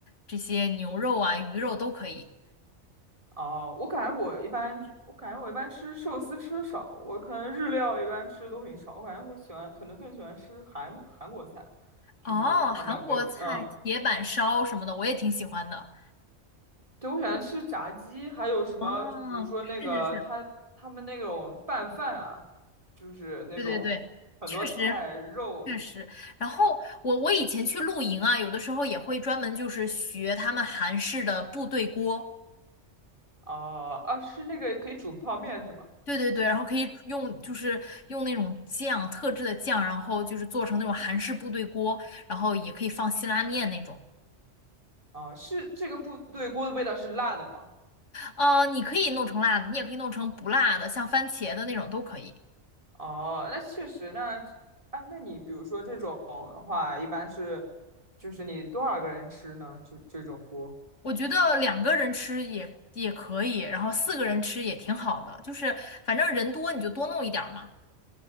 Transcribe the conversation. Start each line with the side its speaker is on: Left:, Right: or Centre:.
Left: 这些牛肉啊、鱼肉都可以。
Right: 哦，我感觉我一般，我感觉我一般吃寿司吃的少，我可能日料一般吃的都很少，我感觉我喜欢，可能更喜欢吃韩韩国菜，就是他们俩对比，
Left: 哦，韩国菜铁板烧什么的，
Right: 嗯。
Left: 我也挺喜欢的。
Right: 对，我喜欢吃炸鸡，还有什么？
Left: 哦，
Right: 就比如说那个他他们那种拌饭啊，
Left: 是是是，
Right: 就是那种很多菜肉什么的。
Left: 对对对，确实确实。然后我我以前去露营啊，有的时候也会专门就是学他们韩式的部队锅。
Right: 哦、啊，是那个可以煮泡面是吗？
Left: 对对对，然后可以用就是用那种酱，特制的酱，然后就是做成那种韩式部队锅，然后也可以放辛拉面那种。
Right: 哦、是这个部队锅的味道是辣的吗？
Left: 呃，你可以弄成辣的，你也可以弄成不辣的，像番茄的那种都可以。
Right: 哦、那确实，那哎，那你比如说这种的话，一般是就是你多少个人吃呢？就这种锅，
Left: 我觉得两个人吃也也可以，然后四个人吃也挺好的，就是反正人多你就多弄一点儿嘛，